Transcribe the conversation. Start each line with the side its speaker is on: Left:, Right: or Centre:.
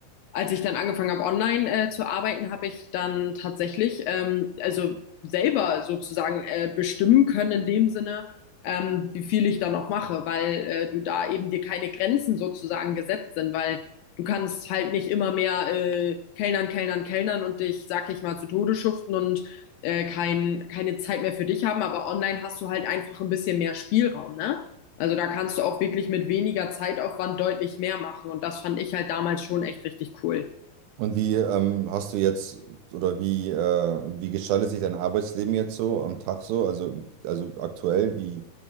Left: als ich dann angefangen habe, online äh, zu arbeiten, habe ich dann tatsächlich, ähm, also selber sozusagen äh, bestimmen können in dem Sinne, ähm, wie viel ich da noch mache, weil äh, du da eben dir keine Grenzen sozusagen gesetzt sind, weil du kannst halt nicht immer mehr äh, kellnern, kellnern, kellnern und dich, sag ich mal, zu Tode schuften und äh, kein, keine Zeit mehr für dich haben, aber online hast du halt einfach ein bisschen mehr Spielraum, ne? Also da kannst du auch wirklich mit weniger Zeitaufwand deutlich mehr machen und das fand ich halt damals schon echt richtig cool.
Right: Und wie ähm, hast du jetzt oder wie, äh, wie gestaltet sich dein Arbeitsleben jetzt so am Tag so? Also, also aktuell, wie,